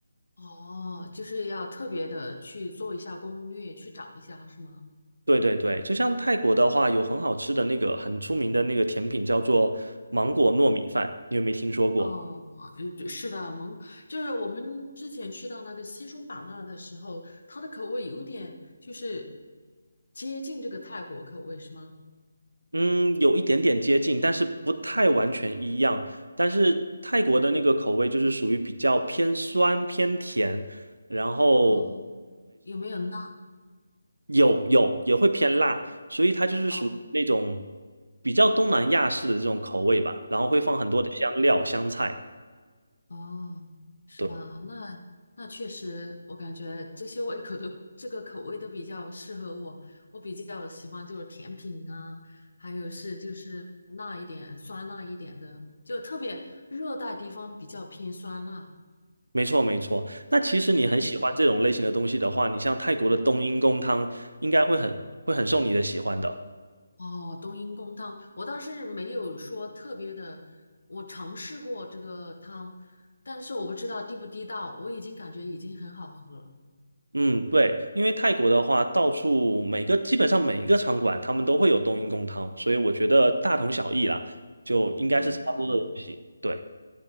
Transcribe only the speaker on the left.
哦，就是要特别的去做一下攻略，去找一下，是吗？
哦，呃对是的，蒙，就是我们之前去到那个西双版纳的时候，它的口味有点就是接近这个泰国口味，是吗？
哦，有没有辣？
哦，
哦，是吧？
那那确实，我感觉这些胃口都这个口味都比较适合我。我比较喜欢就是甜品啊，还有是就是辣一点、酸辣一点的，就特别热带地方比较偏酸辣。
嗯
哦，冬阴功汤，我倒是没有说特别的，我尝试过这个汤，但是我不知道地不地道，我已经感觉已经很好喝了。
哦，